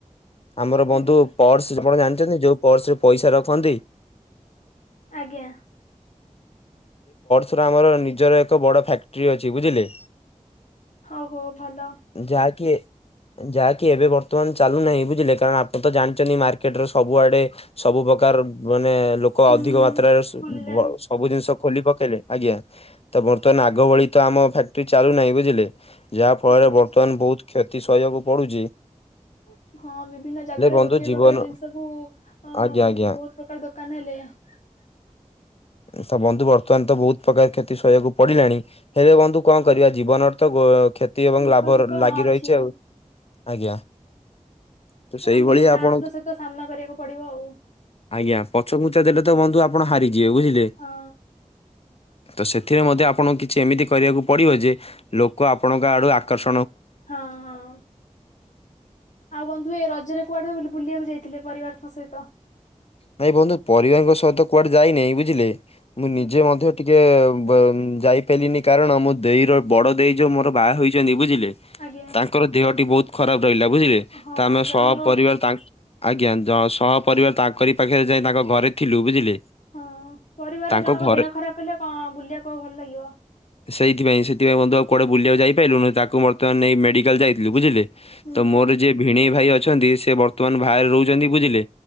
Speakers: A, on the left (about 50°); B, on the left (about 70°).
A: ଆମର ବନ୍ଧୁ
B: ଆଜ୍ଞା
A: ପର୍ସ ଆପଣ ଜାଣ ଚନ୍ତି ଯୋଉ ପର୍ସରେ ପଇସା ରଖନ୍ତି
B: ଆଜ୍ଞା।
A: ପରା ଆମର ନିଜର ଏକ ବଡ଼ ଫ୍ୟାକ୍ଟ୍ରି ଅଛି ବୁଝିଲେ!
B: ହଉ ହଉ ଭଲ।
A: ଯାହାକି ଯାହାକି ଏବେ ବର୍ତ୍ତମାନ ଚାଲୁନାହିଁ ବୁଝିଲେ କାରଣ ଆପଣ ତ ଜାଣିଛନ୍ତି ମାର୍କେଟରେ ସବୁଆଡେ ସବୁ ପ୍ରକା ର ମାନେ ଲୋକ
B: ହୁଁ
A: ଅଧିକ ମାତ୍ରାରେ <unintelligible>
B: ଖୋଲିଲାଣି
A: ସବୁ ଜିନିଷ ଖୋଲି ପକେଇଲେ ଆଜ୍ଞା ତ ବର୍ତ୍ତମାନ ଆଗ ଭଳି ତ ଆମ ଫ୍ୟାକ୍ଟ୍ରି ଚାଲୁନାହିଁ ବୁଝିଲେ। ଯାହା ଫଳରେ
B: ଆଜ୍ଞା
A: ବର୍ତ୍ତମାନ ବହୁତ କ୍ଷତି ସହିବାକୁ ପଡୁଚି।
B: <unintelligible> ହଁ ବିଭିନ୍ନ ଜାଗାରେ
A: ବନ୍ଧୁ
B: ଗୋଟେ
A: ଜୀବନ
B: ପ୍ରକାର ଜିନିଷକୁୁ ଅ,
A: ଆଜ୍ଞା ଆଜ୍ଞା
B: ବହୁତ ପ୍ରକାର ଦୋକାନ ହେଲେ <inaudible>
A: ସ ବନ୍ଧୁ ବର୍ତ୍ତମାନ ତ ବହୁତ ପ୍ରକାର କ୍ଷତି ସହିବାକୁ ପଡିଲାଣି। ହେଲେ ବନ୍ଧୁ କଣ କରିବା ଜୀବନର ତ ଗୋ କ୍ଷତି ଏବଂ
B: ଦୁଃଖ
A: ଲାଭ
B: ସୁଖ ହଁ
A: ଲାଗି
B: ଅଛି
A: ରହିଛି ଆଉ ଆଜ୍ଞା। ତ ସେଇଭଳି
B: ଆମକୁ ସାହସର
A: ଆପଣ
B: ସହିତ ସାମ୍ନା କରିବାକୁ ପଡିବ ଆଉ
A: ଆଜ୍ଞା ପଛ ଘୁଞ୍ଚା ଦେଲେ ତ ବନ୍ଧୁ ଆ ଆପଣ ହାରିଯିବେ ବୁଝିଲେ।
B: ହଁ
A: ତ ସେଥିରେ ମଧ୍ୟ ଆପଣଙ୍କୁ କିଛି ଏମିତି କରିବାକୁ ପଡିବ ଯେ ଲୋକ ଆପଣଙ୍କ ଆଡୁ ଆକର୍ଷ
B: ହଁ, ହଁ। ଆଉ ବନ୍ଧୁ ଏ ରଜରେ କୁଆଡେ ବୁଲିବାକୁ ଯାଇଥିଲେ ପରିବାରଙ୍କ ସହିତ?
A: ନାଇ ବନ୍ଧୁ ପରିବାରଙ୍କ ସହ ତ କୁଆଡେ ଯାଇନାଇ ବୁଝିଲେ ମୁଁ ନିଜେ
B: ଆଜ୍ଞା
A: ମଧ୍ୟ ଟିକେ ବ-ଯାଇପାଇଲିନି କାରଣ ମୋ ଦେଇର ବଡ଼ ଦେଇ ଯୋଉ ମୋର ବାହା ହୋଇଚନ୍ତି ବୁଝିଲେ
B: ଆଜ୍ଞା
A: ତାଙ୍କର ଦେହଟି ବହୁତ ଖରାପ ରହିଲା ବୁଝିଲେ ତ
B: ହଁ
A: ଆମେ
B: ଜଣଙ୍କ
A: ସ ପରିବାର ତାଙ୍କ ଆଜ୍ଞ ଯ ସ ପରିବାର ତାଙ୍କରି ପାଖରେ ଯାଇ ତାଙ୍କ ଘରେ ଥିଲୁ ବୁଝିଲେ।
B: ହଁ। ପରିବାର
A: ତାଙ୍କ
B: ଜଣଙ୍କ
A: ଘରେ
B: ଦେହ ଖରାପ ହେଲେ କଣ ବୁଲିବାକୁ ଆଉ ଭଲ ଲାଗିବ।
A: ସେଇଥିପାଇଁ ସେଥିପାଇଁ ବନ୍ଧୁ ଆଉ କୁଆଡେ ବୁଲିବାକୁ ଯାଇପାଇଲୁନୁ ତାକୁ ବର୍ତ୍ତମାନ ନେଇ ମେଡିକାଲ୍ ଯାଇଥିଲୁ ବୁଝିଲେ
B: ହୁଁ
A: ତ ମୋର ଯିଏ ଭିଣେଇ ଭାଇ ଅ ଛନ୍ତି ସେ ବର୍ତ୍ତମାନ ବାହାରେ ରହୁଛନ୍ତି ବୁଝିଲେ।